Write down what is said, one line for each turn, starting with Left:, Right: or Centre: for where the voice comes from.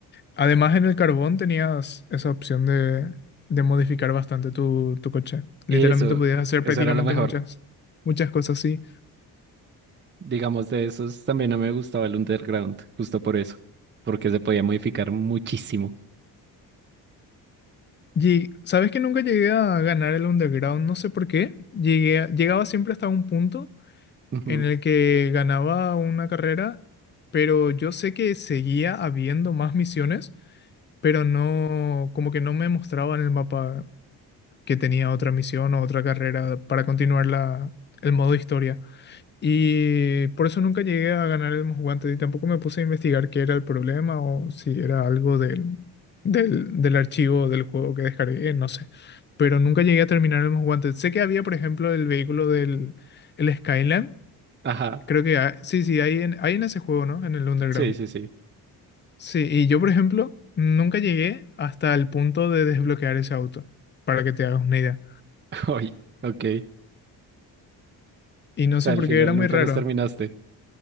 Left: Además, en el carbón tenías esa opción de, de modificar bastante tu, tu coche. Literalmente
Right: Eso,
Left: podías hacer
Right: eso
Left: prácticamente
Right: era lo mejor.
Left: muchas, muchas cosas así.
Right: Digamos, de esos también no me gustaba el Underground, justo por eso. Porque se podía modificar muchísimo.
Left: Y sabes que nunca llegué a ganar el underground, no sé por qué. Llegué, a- llegaba siempre hasta un punto
Right: Ujú.
Left: en el que ganaba una carrera, pero yo sé que seguía habiendo más misiones, pero no, como que no me mostraba en el mapa que tenía otra misión o otra carrera para continuar la, el modo historia. Y por eso nunca llegué a ganar el guantes y tampoco me puse a investigar qué era el problema o si era algo del, del, del archivo del juego que descargué, no sé. Pero nunca llegué a terminar el guantes Sé que había, por ejemplo, el vehículo del el Skyline.
Right: Ajá.
Left: Creo que ha- sí, sí, hay en, hay en ese juego, ¿no? En el Underground.
Right: Sí, sí, sí.
Left: Sí, y yo, por ejemplo, nunca llegué hasta el punto de desbloquear ese auto, para que te hagas una idea.
Right: <laughs> Oye, ok.
Left: Y no
Right: sea,
Left: sé
Right: al
Left: por
Right: final
Left: qué era muy
Right: nunca
Left: raro.
Right: los terminaste.